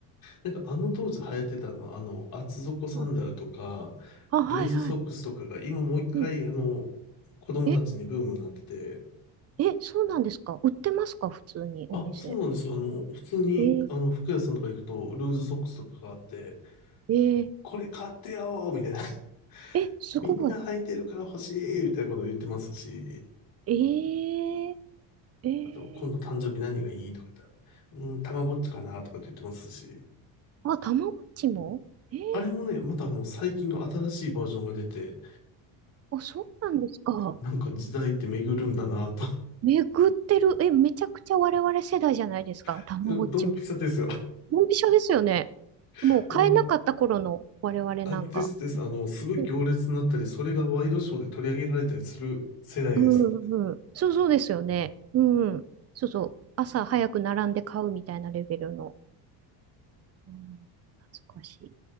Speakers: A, on the left; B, on the right.
A: なんかあの当時流行ってたの、あの、厚底サンダルとか、
B: うん。あ、
A: ルーズソックスとかが今もう一回あの、
B: はいはい。うん。
A: 子供たちにブームになってて、
B: え、え、そうなんですか売ってますか普通にお店。
A: あ、そうなんですよ。あの、普通に、
B: えー、
A: あの、服屋さんとか行くと、ルーズソックスとかがあって、
B: えー、
A: これ買ってよーみたいな。<laughs>
B: え、すごい。
A: みんな履いてるから欲しいみたいなことを言ってますし、
B: えー、えー、
A: あと、今度誕生日何がいいとか言ったら、うん、たまごっちかなとかって言ってますし、
B: あ、たまごっちもえー、
A: あれもね、またあの、最近の新しいバージョンが出て、
B: あ、そうなんですか。
A: なんか時代って巡るんだなと。
B: え、巡ってる。え、めちゃくちゃ我々世代じゃないですか、
A: <laughs>
B: たまごっちも。
A: ドンピシャですよ。
B: ドンピシャですよね。もう買えなかった頃の我々なんか。
A: <laughs> うんあ、ですです。あの、すごい行列になったり、
B: うん
A: それがワイドショーで取り上げられたりする世代です。
B: うんうん。そうそうですよね。うん。そうそう。朝早く並んで買うみたいなレベルの。うん、懐かしい。